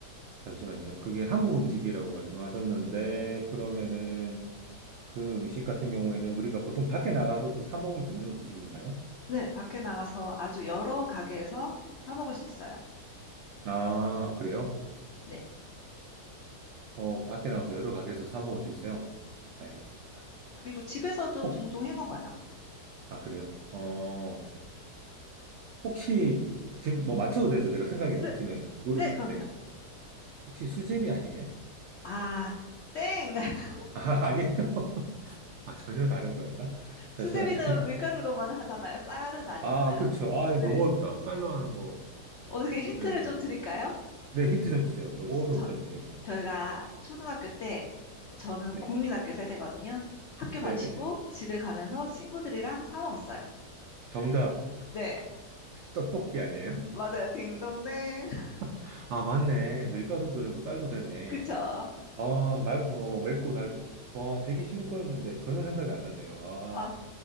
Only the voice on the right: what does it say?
잠시만요. 그게 한국 음식이라고 말씀하셨는데 그러면은 그 음식 같은 경우에는 우리가 보통 밖에 나가서 또 사 먹을 수 있는 음식인가요?
아, 그래요?
어, 밖에 나가서 여러 가게에서 사 먹을 수 있어요? 알겠습니다. 일단
잠시만.
혹,
아, 그래요? 어, 혹시, 지금 뭐 맞춰도 되죠? 제가 생각이
들면은. 무릎,
네. 혹시 수제비 아니에요?
아, <laughs> 아니에요? 아, 전혀 다른 거였나?
잠시만요.
아, 그렇죠. 아, 이거
너무 어렵다. 쌀로 하는 거는.
네, 힌트 좀 주세요. 너무 어려운데?
네.
네.
네네네.
정답,
떡볶이 아니에요?
<laughs> 아, 맞네. 밀가루도 되고 쌀도 되네.
아, 말, 어, 맵고 달고. 와, 되게 쉬운 거였는데 전혀 생각이 안 났네요. 아,